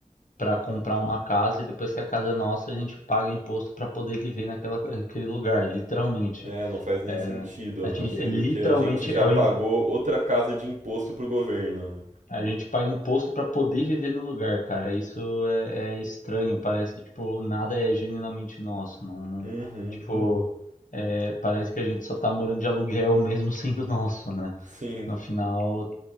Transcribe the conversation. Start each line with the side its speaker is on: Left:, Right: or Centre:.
Left: para comprar uma casa e depois que a casa é nossa, a gente paga imposto para poder viver naquela, naquele lugar, literalmente.
Right: É, não faz nem
Left: É,
Right: sentido,
Left: a gente
Right: né? Sendo
Left: é, literalmente
Right: que a gente já
Left: é
Right: pagou
Left: o,
Right: outra casa de imposto pro governo, né?
Left: A gente paga imposto pra poder viver no lugar, cara. Isso é, é estranho. Parece que, tipo, nada é genuinamente nosso. Não, não-
Right: Uhum,
Left: tipo, Uhum. é, parece que a gente só tá morando de aluguel mesmo <laughs> sendo nosso, né?
Right: sim,
Left: No final,